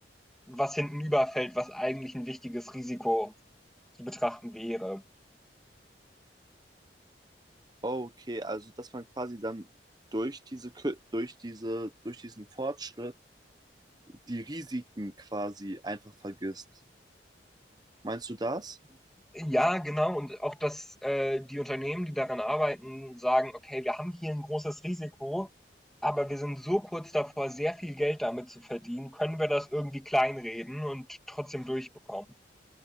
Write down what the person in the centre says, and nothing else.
was hinten überfällt, was eigentlich ein wichtiges Risiko zu betrachten wäre.
Ja, genau. Und auch, dass äh, die Unternehmen, die daran arbeiten, sagen, okay, wir haben hier ein großes Risiko, aber wir sind so kurz davor, sehr viel Geld damit zu verdienen, können wir das irgendwie kleinreden und trotzdem durchbekommen.